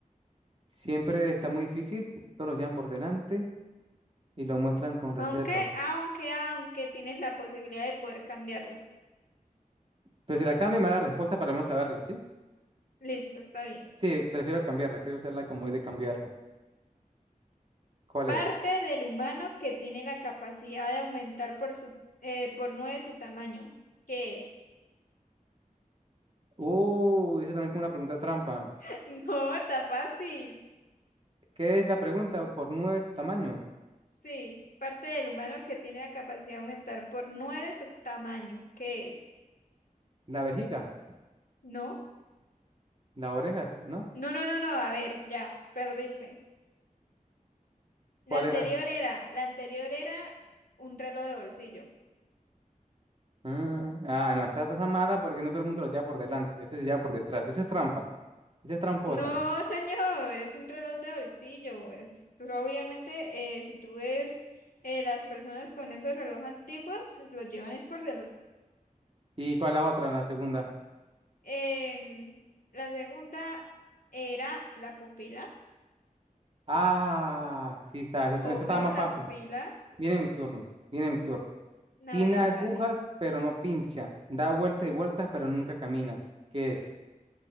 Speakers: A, on the right; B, on the left.
A: siempre está muy difícil. Todos lo llevan por delante y lo muestran con reserva.
B: Aunque, aunque, aunque tienes la posibilidad de poder cambiarla.
A: Pero si la cambia, me da la respuesta para al menos saberla, ¿sí?
B: Listo, está bien.
A: Sí, prefiero cambiarla. Quiero usarla como es de cambiarla. ¿Cuál
B: Parte
A: es?
B: del humano que tiene la capacidad de aumentar por su, eh, por nueve su tamaño. ¿Qué es?
A: Uy, esa también es como una pregunta trampa.
B: <laughs> No, está fácil.
A: ¿Qué es la pregunta por nueve de su tamaño?
B: Sí, parte del humano que tiene la capacidad de aumentar por nueve su tamaño, ¿qué es?
A: La vejiga,
B: ¿No?
A: las orejas, ¿no?
B: No, no, no, no, a ver, ya, perdiste. La
A: ¿Cuál
B: anterior
A: era?
B: era, la anterior era un reloj de bolsillo.
A: Mm, Ah, no, está, está mala porque no todo el mundo lo lleva por delante, ese se lleva por detrás, eso es trampa, esa es tramposa.
B: No, señor, es un reloj de bolsillo. Es- pues, obviamente, eh, si tú ves eh, las personas con esos relojes antiguos, los llevan es por delante.
A: ¿Y cuál es la otra,
B: ¿Cómo?
A: la segunda?
B: Em, la segunda era la pupila.
A: Ah, sí está, esa, esa
B: Obvio,
A: estaba más
B: la
A: fácil.
B: pupila.
A: Viene mi turno, viene mi turno. Tiene
B: A ver,
A: agujas,
B: dale.
A: pero no pincha. Da vueltas y vueltas, pero nunca camina. ¿Qué es?